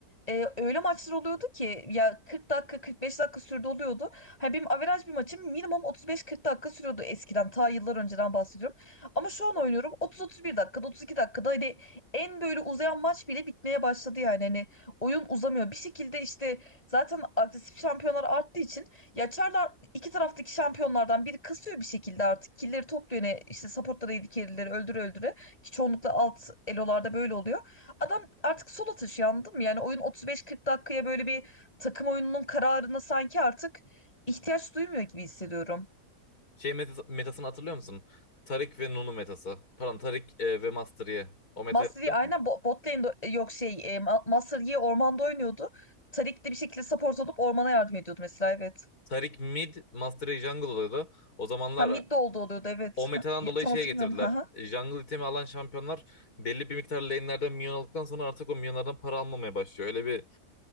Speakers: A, on the left (about 25°); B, on the left (about 85°).
A: e, öyle maçlar oluyordu ki ya 40 dakika 45 dakika sürdü oluyordu. Hani benim averaj bir maçım minimum 35-40 dakika sürüyordu eskiden ta yıllar önceden bahsediyorum. Ama şu an oynuyorum 30-31 dakikada 32 dakikada hani en böyle uzayan maç bile bitmeye başladı yani hani oyun uzamıyor. Bir şekilde işte Zaten agresif şampiyonlar arttığı için ya Çarlar iki taraftaki şampiyonlardan biri kasıyor bir şekilde artık. Killleri topluyor ne işte supportlara yedi carry'leri öldüre öldüre ki çoğunlukla alt elolarda böyle oluyor. Adam artık sola taşıyor anladın mı? Yani oyun 35-40 dakikaya böyle bir takım oyununun kararına sanki artık ihtiyaç duymuyor gibi hissediyorum.
B: Şey metas- metasını hatırlıyor musun? Tarik ve Nunu metası. Pardon Tarik e, ve Master Yi. O metayı
A: Master
B: hatırlıyor
A: Yi aynen
B: musun?
A: bo- bot lane'de e, yok şey e, Ma- Master Yi ormanda oynuyordu. Tarik de bir şekilde support olup ormana yardım ediyordu mesela evet.
B: Tarik mid, Master Yi jungle oluyordu. O zamanlar
A: Ha mid de oldu oluyordu evet.
B: o metadan
A: Ha, ya-
B: dolayı
A: tam
B: şeye
A: hatırlamıyorum.
B: getirdiler.
A: Ha ha.
B: Jungle itemi alan şampiyonlar belli bir miktar lane'lerden minyon aldıktan sonra artık o minyonlardan para almamaya başlıyor. Öyle bir